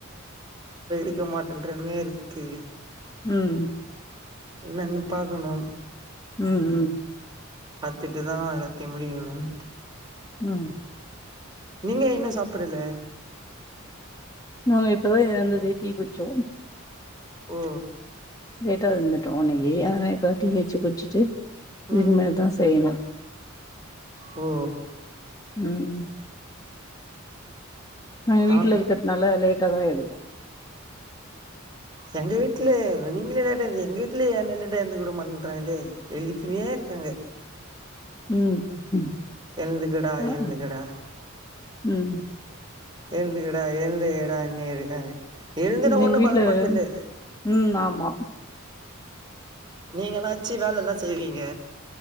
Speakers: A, on the right; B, on the left.
A: இப்ப <unintelligible> மாட்டேன்றமே ரிஸ்க்கு
B: உம்
A: இன்னனு பாக்கணு
B: உம் உம்
A: பாத்துட்டுதா <unintelligible>
B: உம்
A: நீங்க என்ன சாப்புடல
B: நாங்க இப்பதா எழுந்ததே டீ குச்சோ
A: ஓ
B: லேட்டா வந்தன் <unintelligible> இப்ப டீ வச்சி குடிச்சுட்டு
A: ம்
B: இது மேல் தா செய்யணு
A: ஓ
B: உம் நா வீட்டுல
A: ஆ
B: இருக்கிறதுனால லேட் <unintelligible>
A: எங்க வீட்ல நீங்க லேட்டா எழுந்திக்கிறிங்க எங்க வீட்டுல யாரும் லேட்டா எழுந்துக்க வுட மாட்றாங்கலே எழுப்பினே இருக்காங்க
B: உம் உம்
A: எழுந்துக்கடா
B: ஆஹ்
A: எழுந்துக்கடா
B: உம்
A: ஏந்துகடா ஏந்து கடா ண்ணு இருக்காங்க எழுந்து நா ஒண்ணு
B: எங்க வீட்டு்ல
A: பண்ண போறதில்ல
B: உம் ஆமா
A: நீங்க என்னாச்சி வேல எதா செய்வீங்க